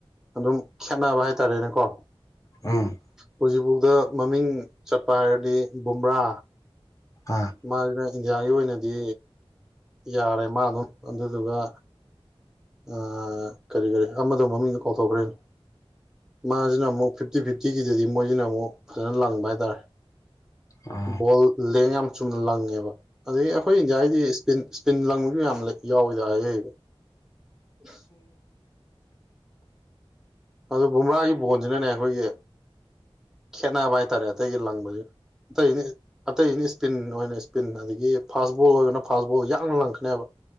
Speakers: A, in the centre; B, on the left.
A: ꯑꯗꯨꯝ ꯈꯦꯠꯅꯕ ꯍꯥꯏꯇꯥꯔꯦꯅꯦꯀꯣ
B: ꯎꯝ
A: ꯍꯧꯖꯤꯛꯕꯧꯗꯥ ꯃꯃꯤꯡ ꯆꯠꯄ ꯍꯥꯏꯔꯗꯤ ꯕꯨꯝꯕ꯭ꯔꯥ
B: ꯑꯥ
A: ꯃꯥꯖ‍ꯦꯅ ꯏꯟꯗꯤꯌꯥꯒꯤ ꯑꯣꯏꯅꯗꯤ ꯌꯥꯔꯦ ꯃꯥ ꯑꯗꯨꯝ ꯑꯗꯨꯗꯨꯒ ꯑꯥ ꯀꯔꯤ ꯀꯔꯤ ꯑꯃꯗꯣ ꯃꯃꯤꯡꯗꯣ ꯀꯥꯎꯊꯣꯛꯈ꯭ꯔꯦꯅ‌ꯦ ꯃꯥꯖꯤꯅ ꯃꯨꯛ ꯐꯤꯞꯇꯤ ꯐꯤꯞꯇꯤꯒꯤꯗꯨꯗꯤ ꯃꯣꯏꯖꯤꯅ ꯃꯨꯛ ꯈꫪꯥ ꯂꯪꯕ ꯍꯥꯏꯇꯥꯔꯦ
B: ꯑꯥ
A: ꯕꯣꯜ ꯂꯦꯡ ꯌꯥꯝꯅ ꯆꯨꯝꯅ ꯂꯪꯉꯦꯕ ꯑꯗꯩ ꯑꯩꯈꯣꯏ ꯏꯟꯗꯤꯌꯥꯒꯤꯗꯤ ꯏꯁꯄꯤꯟ ꯏꯁꯄꯤꯟ ꯂꯪꯕꯁꯨ ꯌꯥꯝꯂꯩ ꯌꯥꯎ ꯍꯗ ꯍꯌ‌ꯦ <unintelligible> ꯑꯗꯨ ꯕꯝꯔꯥꯒꯤ ꯕꯣꯟꯖꯤꯅꯅꯦ ꯑꯩꯈꯣꯏꯒꯤ ꯈꯦꯠꯅꯥꯕ ꯍꯥꯏꯇꯥꯔꯦ ꯑꯇꯩꯒꯤ ꯂꯪꯕꯖꯤꯒꯥ ꯑꯇꯩꯗꯤꯅ ꯑꯇꯩꯗꯤ ꯏꯁꯄꯤꯟ ꯑꯣꯏꯅ ꯏꯁꯄꯤꯟ ꯑꯗꯒꯤ ꯐꯥꯁ ꯕꯣꯜ ꯑꯣꯏꯕꯅ ꯐꯥꯁ ꯕꯣꯜ ꯌꯥꯡꯅ ꯂꯪꯉꯛꯀꯥꯅ‌ꯦꯕ